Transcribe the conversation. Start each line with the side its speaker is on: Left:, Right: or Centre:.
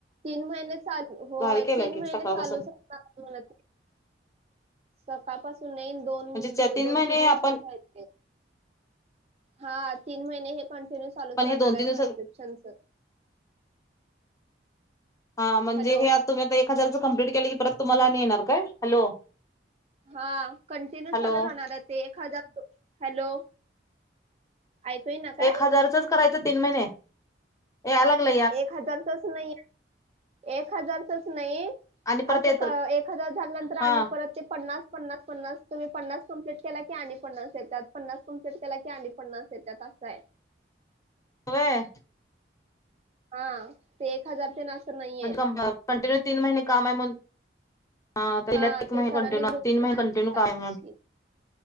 Right: तीन महिने सा, होय
Left: भारी केलाय
Right: तीन
Left: की
Right: महिने
Left: सकाळपासून
Right: चालूच असणार, म्हण सकाळपासून नाही दोन
Left: म्हणजे
Right: दिव दोन
Left: महिने
Right: तीन दिवसाच
Left: आपण
Right: आहेेत ते. हा तीन महिने हे कंटिन्यू चालूच
Left: पण
Right: राहणार
Left: हे दोन
Right: आहे
Left: तीन दिवसात
Right: ट्रान्स्क्रिप्शनच.
Left: हा म्हणजे
Right: हॅलो
Left: हे आता तुम्ही आता एक हजारच कमप्लीट केलं की परत तुम्हाला येणार काय हॅलो.
Right: हा कंटिन्यू
Left: हॅलो
Right: चालू राहणार आहे ते ए हजार दो हॅलो. ऐकू येईना काय?
Left: एक हजारचच करायचं तीन महिने याय लागलं.
Right: एक हजारच नाहीे. एक हजारचच नाही
Left: आणि
Right: असं
Left: परत येत
Right: क एक हजार झाल्यानंतर
Left: हा
Right: आणि परत ते पन्नास. पन्नास-पन्नास तुम्ही पन्नास कमप्लीट केला की आणि पन्नास येतात पन्नास कमप्लीटला की आणि पन्नास येतात असं आहे.
Left: व्हय.
Right: हा ते एक हजारचे तेन असं. नाहीये
Left: म्हणजे कंटिन्यू तीन महिने काम आहे म्हणून. हाला
Right: हा
Left: एक महिने
Right: ते सरांनी
Left: कंटिन्यू
Right: ग्रुपला
Left: तीन महिने
Right: मॅसेज
Left: कंटिन्यू काम
Right: टाकलेली.
Left: हाय म्हण.